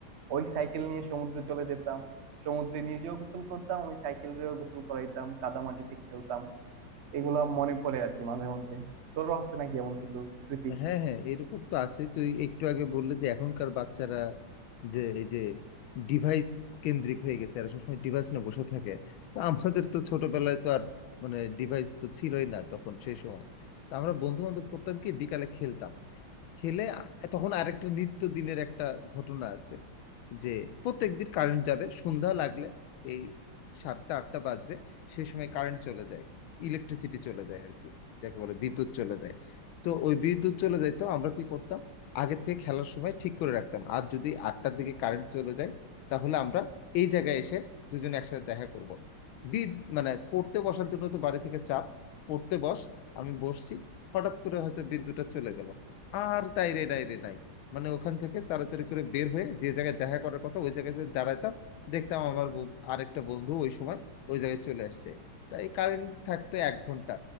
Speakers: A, on the right; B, on the left.
A: ওই সাইকেল নিয়ে সমুদ্রে চলে যেতাম সমুদ্রে নিজেও গোসল করতাম ওই সাইকেলেও গোসল করাইতাম কাদামাটিতে খেলতাম এগুলা মনে পড়ে আর কি মাঝে মধ্যে তোরও আছে নাকি এমন কিছু স্মৃতি
B: হ্যাঁ হ্যাঁ এরকম তো আছে তুই একটু আগে বললে যে এখনকার বাচ্চারা যে এই যে ডিভাইস কেন্দ্রিক হয়ে গেছে আর সবসময় ডিভাইস নিয়ে বসে থাকে তো আমাদের তো ছোটবেলায় তো আর মানে ডিভাইস তো ছিলই না তখন সেই সময় তো আমরা বন্ধু বান্ধব করতাম কি বিকালে খেলতাম খেলে আ- তখন আরেকটা নিত্য দিনের একটা ঘটনা আছে যে প্রত্যেকদিন কারেন্ট যাবে সন্ধ্যা লাগলে এই সাতটা আটটা বাজবে সেই সময় কারেন্ট চলে যায় ইলেকট্রিসিটি চলে যায় আর কি যাকে বলে বিদ্যুৎ চলে যায় তো ওই বিদ্যুৎ চলে যাইতো আমরা কি করতাম আগের থেকে খেলার সময় ঠিক করে রাখতাম আর যদি আটটার দিকে কারেন্ট চলে যায় তাহলে আমরা এই জায়গায় এসে দুজনে একসাথে দেখা করব বিদ মানে পড়তে বসার জন্য তো বাড়ি থেকে চাপ পড়তে বস আমি বসছি হঠাৎ করে হয়তো বিদ্যুৎটা চলে গেল আর তাই রে নাই রে নাই মানে ওখান থেকে তাড়াতাড়ি করে বের হয়ে যে জায়গায় দেখা করার কথা ওই জায়গায় যে দাঁড়াতাম দেখতাম আমার বন্ধু- আরেকটা বন্ধু ওই সময় ওই জায়গায় চলে আসছে তাই কারেন্ট থাকতো এক ঘন্টা